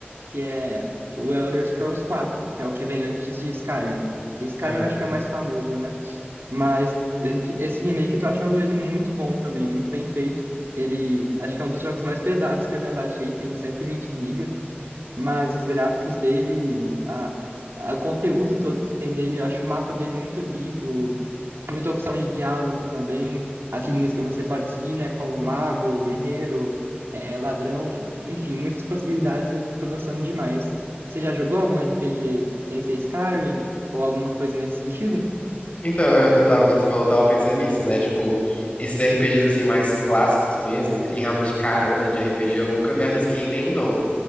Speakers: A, on the right; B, on the left.
A: que é o Elder Scrolls 4, que é o que vem antes de Skyrim. Que Skyrim
B: aham.
A: eu acho que é o mais famoso, né? Mas eh, esse remake eu tô achando ele muito bom também, muito bem feito. Ele acho que é um dos jogos mais pesados que eu já baixei, tem 120 GB mas os gráficos dele, a, a- o conteúdo todo que tem nele, eu acho o mapa dele muito vivo, muita opção de diálogo também, as linhas que você pode seguir, né, como mago, guerreiro, eh, ladrão, enfim, muitas possibilidades eu tô gostando demais. Você já jogou algum RPG sem ser Skyrim ou alguma coisa nesse sentido?
B: Então, eu, eu tava, quando você falou, eu tava pensando nisso, né? Tipo, esses RPGs assim, mais clássicos mesmo, que tem realmente carona de RPG, eu nunca me arrisquei em nenhum, não.